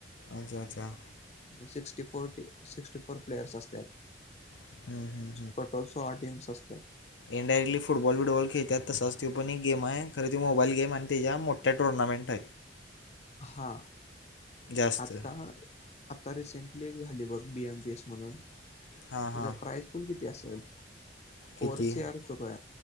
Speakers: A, on the left (about 85°); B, on the left (about 35°).
A: अच्छा अच्छा.
B: आणि sixty four sixty four players असतात.
A: हम्म हम्म
B: टटोल सोळा ट इम्स असत.
A: इनडायरेटली फुटबॉल बिबॉल खेळतात तसाच तो पण एक गेम आहे खरे त मोबाईल गेम आणि त्या्या मोठ्या टुर्नामेंट आहेत.
B: हा
A: जास्त
B: आता आता रिसेंटली एक झाली बघ बी एम बी एस म्हणून त्याचा
A: हां हां
B: प्राईज. स्कूल किती अस असल
A: किती
B: फोर सी आर तू ग